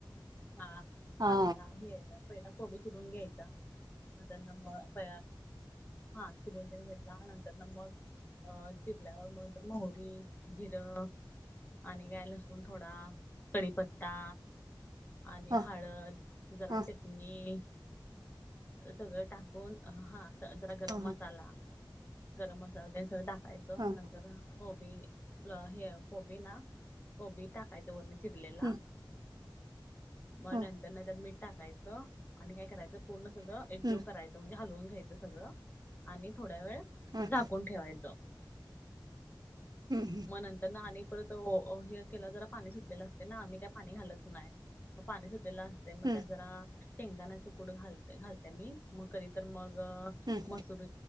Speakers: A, on the left; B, on the right.
A: हा,
B: हा
A: कांदा हे, पहिला कोबी चिरून घ्यायचा, त्यांना, म प हा चिरवून चिरून घेतला नंतर ना मग, अ चिरल्यावर मग नंतर मोहुरी, जिरं, आणि काय लसून थोडा, कडीीपत्ता, आणि
B: हा
A: हळद, जरा
B: हां
A: चटणी, सगळ टाकून,, हा जरा गरम
B: हां हां
A: मसाला, गरम मसाला त्यानी सगळं टाकायचं.
B: हां
A: नंतर कोबी,, हे,, कोबी ना, कोबी टाकायच वरण चिरर्लेला
B: हं
A: मग
B: हां
A: नंतर ना त्यात मीठ टाकायचं,, आणि काय करायचं, पूर्ण सगळं एकजिव
B: हं
A: करायचं, म्हणजे हलवून घ्यायचं सगळं, आणि थोड्या वेळ
B: हां
A: झाकून ठेवायचं.
B: हम् हम
A: मग नंतर ना आणि परत हे केला, जरा पाणी सुटलेलं असतेय ना,, आम्ही काय पाणी घालत नाही. मग पाणी सुटलेलं असतय, मग
B: हं
A: त्यात जरा शेंगदाणा च कुट घालत घालते मी,, मग कधी तर मग
B: हं
A: मसूर